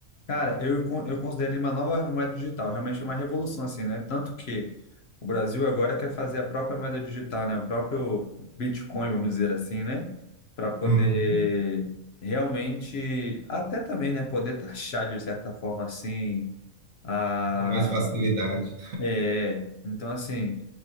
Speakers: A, on the left (about 55°); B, on the right (about 80°).
A: Cara, eu, con- eu considero ele uma nova moeda digital, realmente é uma revolução, assim, né? Tanto que o Brasil agora quer fazer a própria moeda digital, né? O próprio Bitcoin, vamos dizer assim, né? Para poder
B: Uhum.
A: realmente, até também, né? Poder taxar de certa forma, assim, a.
B: Com mais facilidade.
A: É. Então, assim,